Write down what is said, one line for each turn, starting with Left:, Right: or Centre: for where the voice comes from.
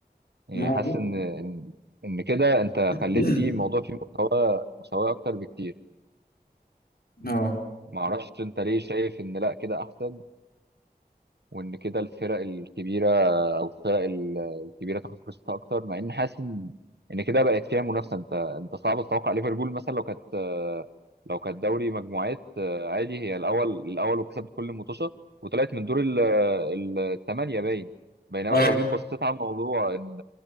Right: يعني
Left: ما هو
Right: حاسس ان ان إن كده انت
Left: <clears throat>
Right: خليت فيه الموضوع فيه مستوى مساواة اكتر بكتير
Left: آه
Right: ما اه اعرفش انت ليه شايف ان لا كده احسن وان كده الفرق الكبيره او الفرق ال- الكبيره تاخد فرصتها اكتر مع ان حاسس ان ان كده بقت فيها منافسه انت انت صعب تتوقع ليفربول مثلا لو كانت لو كانت دوري مجموعات آه، عادي هي الاول الاول وكسبت كل المطوشه وطلعت من دور ال- ال- الثمانيه باين بينما
Left: اه
Right: لو جيت بصيت على الموضوع ان